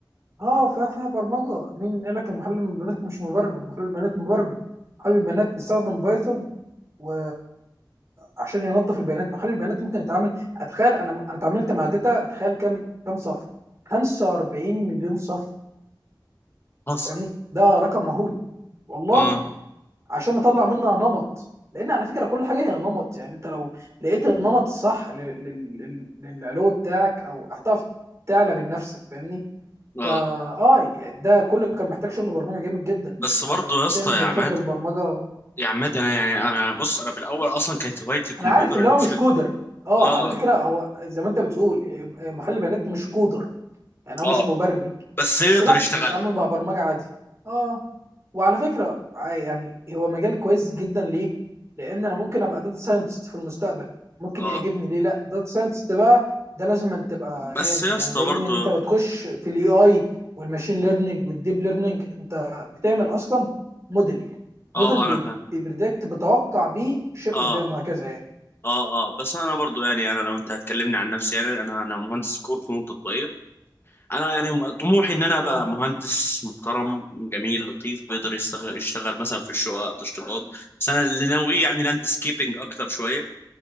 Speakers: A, on the right; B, on the left.
A: اه فيها فيها برمجه مين قال لك المحلل البيانات مش مبرمج محلل البيانات مبرمج محلل البيانات بيستخدم بايثون و عشان ينظف البيانات محلل البيانات ممكن يتعامل اتخيل انا انا اتعاملت مع داتا تخيل كم كم صف 45 مليون صف
B: حصل
A: فاهمني ده رقم مهول والله
B: آه
A: عشان نطلع منها نمط لان على فكره كل حاجه هي نمط يعني انت لو لقيت النمط الصح لل- لل- لل- للعلو بتاعك او هتعرف تعلى من نفسك فاهمني
B: آه
A: فا اه يعني ده كله كان محتاج شغل برمجه جامد جدا
B: بس
A: آه،
B: برضه
A: بتعمل
B: يا اسطى يا
A: جرافات
B: عماد
A: بالبرمجه
B: يا عماد أنا يعني أنا بص أنا في الأول أصلا كانت هوايتي الكمبيوتر
A: انا عارف اللي
B: أنا
A: هو
B: بشكل
A: مش كودر اه
B: آه
A: على فكره
B: آه
A: هو زي ما انت بتقول آه، محل بيانات مش كودر يعني هو
B: آه.
A: مش مبرمج
B: بس
A: بس
B: يقدر
A: لا
B: يشتغلها
A: بيتعامل مع برمجه عادي اه وعلى فكره ع- يعني هو مجال كويس جدا ليه؟ لان انا ممكن ابقى داتا ساينتست في المستقبل ممكن
B: آه
A: يعجبني ليه لا داتا ساينتست بقى ده لازم أن تبقى
B: بس
A: جامد
B: يا
A: يعني
B: اسطى
A: ده
B: برضه
A: ان انت بتخش في الاي اي والماشين ليرنينج والديب ليرنينج انت بتعمل اصلا موديل موديل
B: آه
A: بي-
B: آه، أنا فاهم
A: بيبريدكت بتوقع بيه شيء
B: آه
A: قدامه هكذا يعني
B: آه آه بس أنا برضه يعني أنا لو أنت هتكلمني عن نفسي يعني أنا أنا مهندس كور فنون تطبيقية انا يعني طموحي ان انا ابقى
A: اه
B: مهندس محترم جميل لطيف بيقدر يشتغل يشتغل مثلا في الشقق تشطيبات بس انا اللي ناوي يعني لاندسكيبنج اكتر شويه